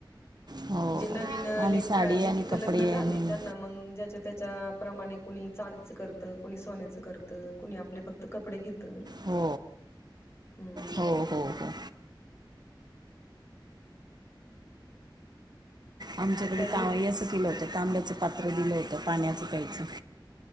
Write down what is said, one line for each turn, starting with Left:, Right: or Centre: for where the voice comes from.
Right: हो
Left: जे नवीन
Right: आम्ही
Left: ले
Right: साडी
Left: लेखीच
Right: आणि कपडे
Left: लग्न झालंय
Right: आणि
Left: त्यांना मग ज्याच्या-त्याच्या. प्रमाणे कुणी चांदीच करत. कुणी सोनेचं करतं. कुणी आपले फक्त कपडे घेत.
Right: हो
Left: हम.
Right: हो हो हो आमच्याकडे
Left: हॅलो
Right: जावयाचं केलं होतं तांब्याच
Left: हम्म
Right: पात्र दिलं होतं. पाण्याचं प्यायच